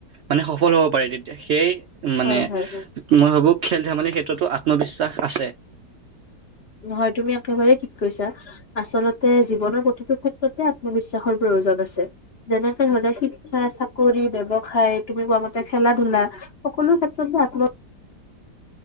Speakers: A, on the right; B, on the left.
A: মানে, সফল হ'ব পাৰে তেতিয়া, সেই মানে
B: হয় হয়
A: মই ভাবো, খেল-ধেমালিৰ ক্ষেত্ৰতো, আত্মবিশ্বাস আছে।
B: হয়, তুমি একেবাৰেই ঠিক কৈছা। আচলতে, জীৱনৰ প্ৰতিটো ক্ষেত্ৰতে আত্মবিশ্বাসৰ প্ৰয়োজন আছে। যেনেকে ধৰি লোৱা শিক্ষা, চাকৰি, ব্যৱসায় তুমি কোৱা মতে খেলা ধূলা। সকলো ক্ষেত্ৰত আ